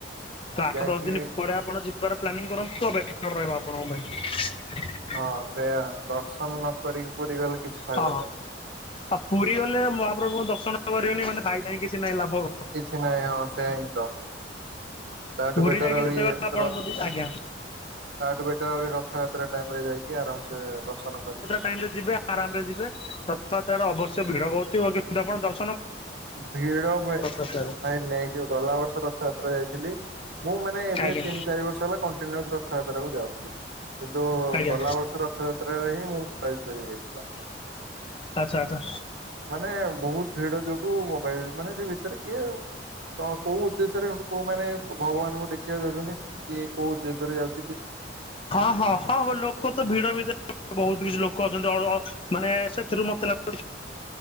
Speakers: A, on the left; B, on the right.
A: ତ ଆଠ
B: ଯାଇକି
A: ଦଶ ଦିନ ପରେ ଆପଣ ଯିବାର ପ୍ଲାନିଂ କରନ୍ତୁ ବେଟର୍ ରହିବ ଆପଣଙ୍କ ପାଇଁ। <inaudible>
B: ହଁ ସେ ଦର୍ଶନ ନ କରିକି ପୁରୀ ଗଲେ କିଛି ଫାଇଦା
A: ହଁ
B: ନାହିଁ
A: ଆଉ ପୁରୀ ଗଲେ ମହାପ୍ରଭୁଙ୍କ ଦର୍ଶନ କରିବନି ମାନେ <unintelligible> କିଛି ନାହିଁ ଲାଭ।
B: କିଛି ନାହିଁ ହଁ ସେୟା ହିଁ ତ। ତାଠୁ
A: ପୁରୀ
B: ବେଟର
A: ଯାଇକି
B: ଆହୁରି
A: ଯେତେବେଳେ ଆପଣ
B: ର
A: ଯଦି ଆଜ୍ଞା
B: ତାଠୁ ବେଟର୍ ରଥଯାତ୍ରା ଟାଇମ ରେ ଯାଇକି ଆରାମସେ ଦର୍ଶନ କରିବ।
A: ଟାଇମ ରେ ଯିବେ। ଆରାମରେ ଯିବେ ତଥା ଅବଶ୍ୟ ଭିଡ ବଉଥିବ କିନ୍ତୁ ଆପଣ ଦର୍
B: ଭିଡ ଭ
A: ରଥଯାତ୍ରାରେ
B: ଭାଇ ନେଇଯ ଗଲା ବର୍ଷ ରଥଯାତ୍ରା ଯାଇଥିଲି ମୁଁ ମାନେ ଏବେ
A: ଆଜ୍ଞା
B: ତିନି ଚାରି ବର୍ଷ ହେଲା କଣ୍ଟିନୁଅସ ରଥଯାତ୍ରା କୁ ଯାଉଛି। କିନ୍ତୁ
A: ଆଜ୍ଞା
B: ଗଲା ବର୍ଷ ରଥଯାତ୍ରାରେ ହିଁ ମୁଁ ମୋବାଇଲ ଚୋରିହେଇଯାଇଥିଲା।
A: ଆଚ୍ଛା ଆଚ୍ଛା।
B: ମାନେ ବହୁତ ଭିଡ ଯୋଗୁ ମୋବାଇଲ ମାନେ ସେ ଭିତରେ କିଏ ଆଉ କ କୋଉ ଉଦ୍ଦେଶ୍ୟରେ କୋଉମାନେ ଭଗବାନଙ୍କୁ ଦେଖିବାକୁ ଯାଉଛନ୍ତି କି କୋଉ ଉଦ୍ଦେଶ୍ୟରେ ଯାଉ
A: ହଁ ହଁ ହଁ ଲୋକ ତ ଭିଡ଼ ଭିତ ବହୁତ କିଛି ଲୋକ ଅଛନ୍ତି ଅ ଅ ମାନେ ସେଥିରୁ ମତେ <unintelligible> <unintelligible>